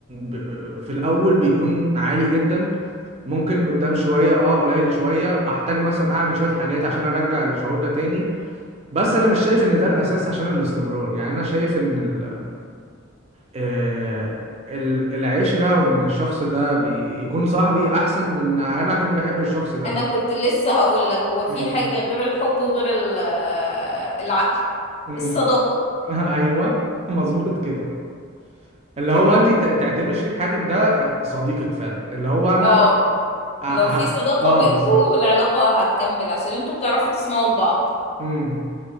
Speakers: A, on the right; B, on the left.
A: ب... في الاول بيكون عالي جدا ممكن قدام شويه اه قليل شويه احتاج مثلا اعمل شويه حاجات عشان ارجع الشعور ده تاني بس انا مش شايف ان ده الاساس عشان الاستمرار يعني انا شايف ان ال... آه ال- العشره وان الشخص ده بي... يكون صاحبي احسن من انا اكون بحب الشخص ده
B: انا كنت لسه هقول لك هو في
A: امم
B: حاجة غير الحب وغير ال- آه، العقل
A: امم
B: الصداقة
A: <laughs> ايوه <laughs> مظبوط كده اللي هو انت ت- تعتبري شريك حياتك ده آه، صديقك فعلا اللي هو انا
B: اه
A: اه,
B: لو في صداقة
A: آه
B: بينكم
A: بالظبط
B: العلاقة هتكمل عشان انتوا بتعرفوا تسمعوا لبعض
A: امم